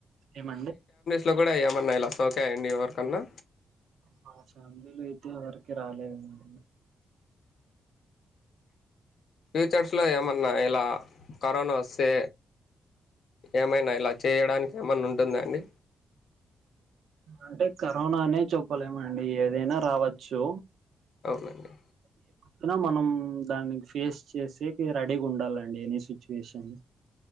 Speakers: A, on the right (about 75°); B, on the left (about 50°).
A: ఏమండి
B: లో కూడా ఏమన్నా ఇలా సోకాయ అండి ఎవరికన్నా
A: మా ఫ్యామిలీలో అయితే ఎవరికి రాలేదండి
B: ఫ్యూచర్స్లో ఏమన్నా ఇలా కరోనా వస్తే ఏమైనా ఇలా చేయడానికి ఏమైన్నా ఉంటా అంటందడి
A: అంటే కరోనానే చెప్పలేముండి ఏదైనా రావచ్చు
B: అవునండి
A: అనా మనం దాన్ని ఫేస్ చేసే రెడీగా ఉండాలండి ఎనీ సిచ్యువేషన్